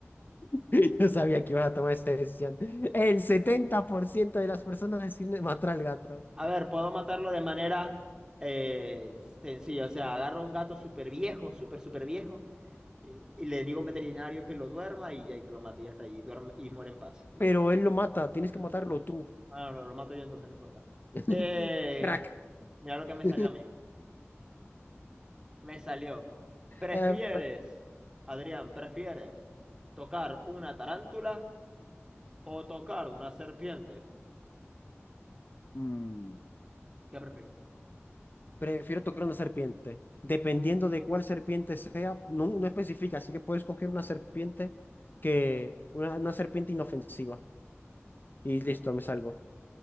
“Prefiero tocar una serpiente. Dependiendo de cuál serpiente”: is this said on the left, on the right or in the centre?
Left